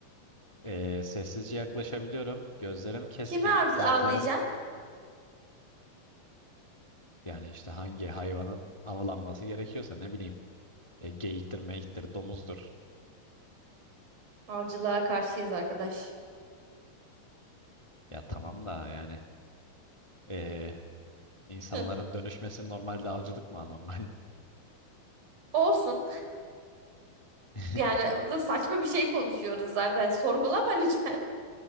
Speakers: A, on the left; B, on the right.
A: Ee, sessizce yaklaşabiliyorum. Gözlerim keskin.
B: Kimi av
A: Kulaklarım
B: avlayacaksın?
A: yani işte hangi hayvanın avlanması gerekiyorsa ne bileyim. E, geyiktir, meyiktir, domuzdur.
B: Avcılığa karşıyız arkadaş.
A: Ya tamam da yani. ee, insanların
B: Hı,
A: dönüşmesi normalde avcılık mı anormal?
B: Olsun.
A: <laughs>
B: Yani burada saçma bir şey konuşuyoruz zaten. Sorgulama lütfen.